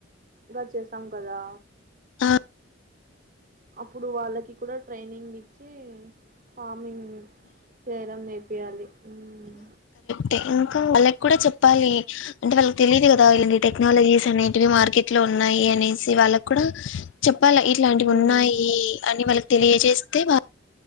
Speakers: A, on the right (about 40°); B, on the left (about 65°).
A: గా చేస్తాం కదా
B: ఆ
A: అప్పుడు వాళ్ళకి కూడా ట్రైనింగ్ ఇచ్చి పామ్ మింగ్ <unintelligible> ఎయ్యాలి ఊమ్
B: క్టే ఇంకా వాళ్ళకి కూడా చెప్పాలి అంటే వాళ్ళకి తెలియదు కదా ఇలాంటి టెక్నాలజీస్ అని ఇవి మార్కెట్ లో ఉన్నాయి అనేసి వాళ్ళక్కూడా చెప్పాలా ఇట్లాంటివున్నాయి
A: ఉమ్
B: అని వాళ్ళ తెలియజేస్తే బా